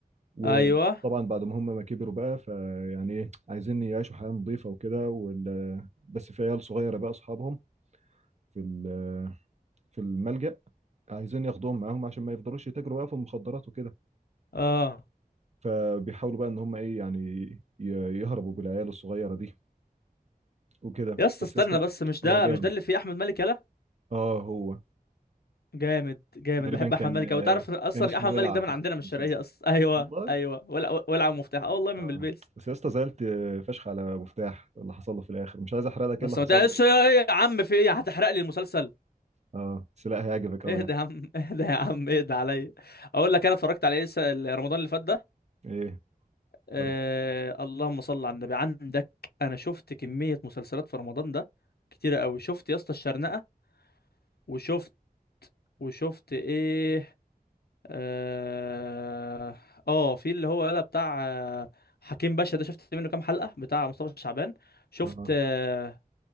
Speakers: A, on the right; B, on the left.
A: وطبعا
B: ايوه
A: بعد ما هم ما كبروا بقى فيعني ايه عايزين يعيشوا حياة نظيفة وكده وال- بس في عيال صغيرة بقى أصحابهم في ال- في الملجأ عايزين ياخدوهم معاهم عشان ما يفضلوش يتاجروا بقى في المخدرات وكده
B: اه
A: فبيحاولوا بقى ان هم ايه يعني ي- يهربوا بالعيال الصغيرة دي وكده
B: يا اسطى
A: بس
B: استنى
A: يا اسطى
B: بس مش ده
A: هو جامد
B: مش ده اللي فيه أحمد مالك يلا
A: اه هو
B: جامد جامد
A: تقريبا
B: بحب
A: كان
B: أحمد مالك أوي تعرف أصلا
A: كان اسمه
B: أحمد
A: ولع
B: مالك ده
A: في
B: من عندنا من الشرقية
A: المسلسل
B: أصلا <laughs> ايوه
A: والله
B: ايوه ولع ولع مفتاح اه والله من
A: اه
B: بلبيس
A: بس يا اسطى زعلت فشخ على مفتاح اللي حصل له في الاخر مش عايز احرق لك ايه
B: بس
A: اللي حصل
B: ما تقلقش
A: له
B: ايه يا عم في ايه هتحرق لي المسلسل
A: اه بس لا هيعجبك قوي
B: اهدى
A: يعني
B: يا عم اهدى يا عم اهدى عليا اقول لك انا اتفرجت على ايه الس- رمضان اللي فات ده
A: ايه
B: آه...
A: اتفرجت
B: اللهم صل على النبي عندك انا شفت كمية مسلسلات في رمضان ده كتيرة قوي شفت يا اسطى الشرنقة وشفت وشفت ايه اه, آه في اللي هو قال بتاع آه، حكيم باشا ده شفت منه كام حلقة بتاع مصطفى شعبان شفت
A: اه
B: آه...